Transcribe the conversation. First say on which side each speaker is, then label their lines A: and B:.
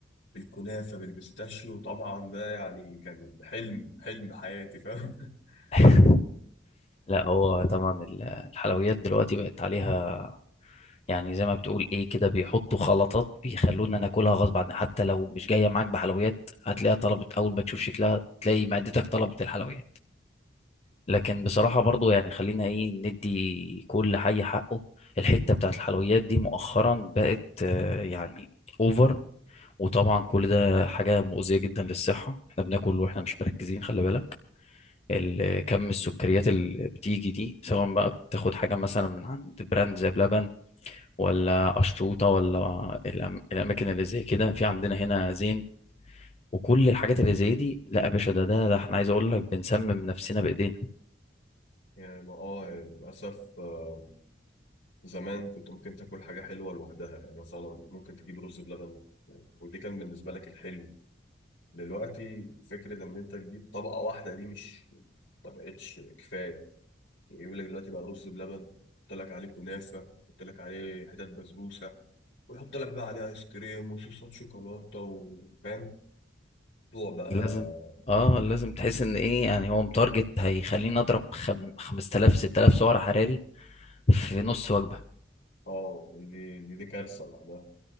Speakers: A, on the left; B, on the left.
A: بالكنافه بالبيستاشيو طبعا ده يعني كان حلم حلم حياتي فاهم <laughs>
B: <laughs> لا هو طبعا ال- الحلويات دلوقتي بقت عليها يعني زي ما بتقول ايه كده بيحطوا خلطات بيخلونا ناكلها غصب عن حتى لو مش جايه معاك بحلويات هتلاقيها طلبت اول ما تشوف شكلها تلاقي معدتك طلبت الحلويات لكن بصراحه برضو يعني خلينا ايه ندي كل حي حقه الحته بتاعت الحلويات دي مؤخرا بقت آه، يعني اوفر وطبعا كل ده حاجه مؤذيه جدا للصحه احنا بناكل واحنا مش مركزين خلي بالك ال- كم السكريات اللي بتيجي دي سواء بقى بتاخد حاجة مثلا من عند براند زي بلبن ولا قشطوطة ولا الأم- الأماكن اللي زي كده في عندنا هنا زين وكل الحاجات اللي زي دي لا يا باشا ده ده ده احنا عايز اقول لك بنسمم نفسنا بايدينا
A: يعني ما اه للاسف آه، زمان كنت ممكن تاكل حاجه حلوه لوحدها يعني مثلا ممكن تجيب رز بلبن ودي كان بالنسبه لك الحلو دلوقتي فكرة إن أنت تجيب طبقة واحدة دي مش ما بقتش كفاية يعني يقول لك دلوقتي بقى رز بلبن يحط لك عليه كنافة يحط لك عليه حتت بسبوسة ويحط لك بقى عليه آيس كريم وصوصات شوكولاتة وفاهم الموضوع بقى
B: لازم اه لازم تحس ان ايه يعني هو متارجت هيخليني اضرب خم... 5000 6000 سعر حراري في نص وجبة
A: اه دي دي, دي كارثة لوحدها